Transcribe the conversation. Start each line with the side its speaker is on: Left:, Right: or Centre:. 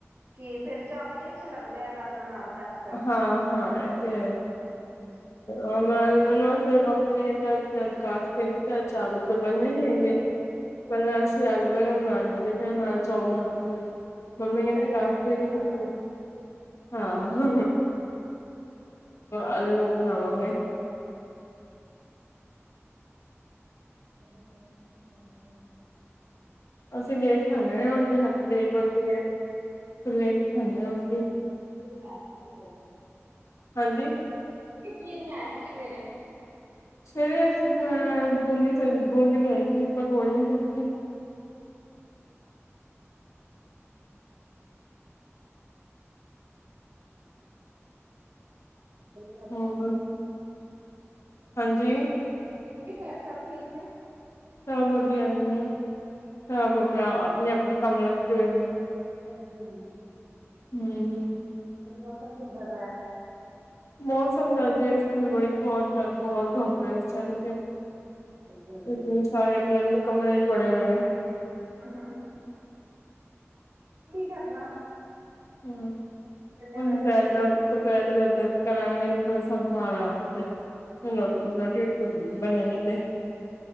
Right: ਕੀ ਫੇਰ ਚਾਵਲ ਹੀ ਅੱਛੇ ਲੱਗਦੇ ਆ ਰਾਜਮਾਂ ਨਾਲ ਤਾਂ ਕਰਕੇ
Left: ਹਾਂ-ਹਾਂ ਇਹ ਤੇ ਹੈ।
Right: ਹਾਂਜੀ
Left: ਆ ਮੈਨੂੰਰੀ ਮੰਮੀ ਨੇ ਕਿਹਾ ਅੱਜ ਕਾਸਤੀ ਹੈ ਤੇ ਅੱਜ ਚਾਵਲ ਤੋਂ ਬਣਨੇ ਵੀ ਹੈਗੇ।
Right: ਹਾਂਜੀ।
Left: ਪਹਿਲਾਂ ਅਸੀਂ ਆਲੂ-ਬੇਂਗਨ ਬਣਾਣ ਲੱਗੇ ਸੀ ਫਿਰ ਨਾਲ ਚੋਬ ਲੱਗ ਗੀ ਏ ਪਰ ਮੰਮੀ ਕਹਿੰਦੀ
Right: ਕੱਲ
Left: ਕਾਸਤੀ
Right: ਹੀ ਬਣੇਗੇ
Left: ਹੈਗੀ ਏ ਤੇ
Right: ਚਾਵਲ
Left: ਨਹੀ।
Right: ਤੋਂ
Left: ਹਾਂ ਆਲੂ-ਗੋਬੀ ਬਣਾਵਾਂਗੇ।
Right: <inaudible> ਦੱਸੋ ਕੀ ਕਰ ਰਹੇ ਹੋ।
Left: ਅਸੀਂ ਲੇਟ ਖਾਣੇ ਆ ਤੇ ਹਜ਼ੇ ਲੇਟ ਬਣਦੀ ਐ। ਲੇਟ ਖਾਂਦੇ ਹਾਂ ਰੋਟੀ
Right: ਕੀ ਬਣਾਇਆ ਸੀ ਸਵੇਰੇ
Left: ਹਾਂਜੀ?
Right: ਮੈਂ ਕਿਹਾ ਕੀ ਬਣਾਇਆ ਸੀ ਸਵੇਰੇ?
Left: ਸਵੇਰੇ ਅਸੀਂ ਬਣਾ ਬੂੰਦੀ ਬੂੰਦੀ ਬਣਾਈ ਸੀ ਪਕੌੜਿਆਂ ਦੀ ਸਬਜ਼ੀ।
Right: ਅੱਛਾ-ਅੱਛਾ। <inaudible> ਬਾਕੀ ਘਰ
Left: ਹੋਰ
Right: ਸਭ ਠੀਕ ਏ?
Left: ਹਾਂਜੀ?
Right: ਕਾਂਜੀ ਘਰ ਸਭ ਠੀਕ ਨੇ।
Left: ਸਭ ਵਧੀਆ ਨੇ ਸਭ ਆਪਣਾ ਆਪਣੇ-ਆਪਣੇ ਕੰਮ ਲੱਗੇ ਹੋਏ ਨੇ।
Right: ਹਾਂਜੀ-ਹਾਂਜੀ।
Left: ਹੂੰ।
Right: ਹੋਰ ਮੌਸਮ ਕਿੱਦਾਂ ਦਾ ਐ?
Left: ਮੌਸਮ ਦਾ ਜ ਇਸ ਤਨੂੰ ਬੜੀ ਬਹੁਤ-ਬਹੁਤ ਧੁੱਪ ਹੈ ਇਸ ਟੈਮ ਤੇ
Right: ਸਹੀ ਗੱਲ
Left: ਅ
Right: ਹੈ
Left: ਸਾਰੇ ਆਪਣੇ-ਆਪਣੇ ਕਮਰਿਆਂ ‌ਚ ਵੜੇ ਹੋਏ ਨੇ।
Right: ਹੂੰ ਕੀ ਕਰਨਾ।
Left: ਹੂੰ
Right: ਵਿਹਲੇ
Left: ਹੁਣ
Right: ਬੈਠੇ
Left: ਦੁਪਹਿਰ ਦਾ ਦੁਪਹਿਰ ਗਧਕ ਕਰਾਂਗੇ ਸਭ ਥਾਂ ਰਾਹਗੇ ਫਿਰ ਰੋਟੀ-ਰੋਟੀ ਵੀ ਬਣੇਗੀ ਤੇ